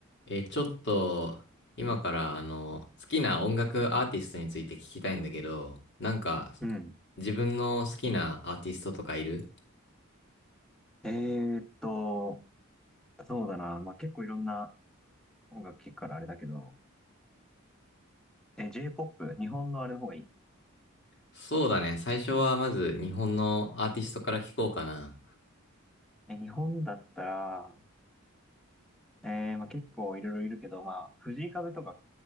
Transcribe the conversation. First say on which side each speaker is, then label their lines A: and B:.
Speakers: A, on the left; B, in the centre.
A: えー、ちょっと、今から、あの、好きな音楽アーティストについて聞きたいんだけど、なんか、
B: うん。
A: 自分の好きなアーティストとかいる
B: えーっと、そうだな。まあ、結構いろんな音楽聴くからあれだけど、え、J-POP、日本のあれの方がいい。
A: そうだね。最初はまず日本のアーティストから聞こうかな。
B: え、日本だったら、えー、まあ、結構いろいろいるけど、まあ、藤井風とか